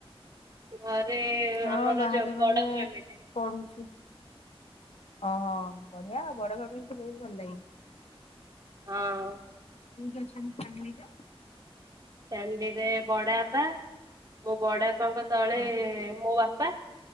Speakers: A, on the right; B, on the left.
A: ଘରେ
B: ହଁ
A: ଆମର
B: ବାହାରେ
A: ଯୋଉ
B: ମାନେ
A: ବଡ ଫ୍ୟାମିଲି।
B: ପଢୁଛି। ଓହୋ ବଢିଆ ଆଉ ବଡ ଫ୍ୟାମିଲି ତ ବହୁତ ଭଲ ଲାଗେ।
A: ହଁ।
B: କିଏ କିଏ ଅଛନ୍ତି ଫ୍ୟାମିଲି ରେ?
A: ଫ୍ୟାମିଲିରେ ବଡା ବାପା ମୋ ବଡା ବାପାଙ୍କ ତଳେ
B: ହଁ
A: ମୋ ବାପା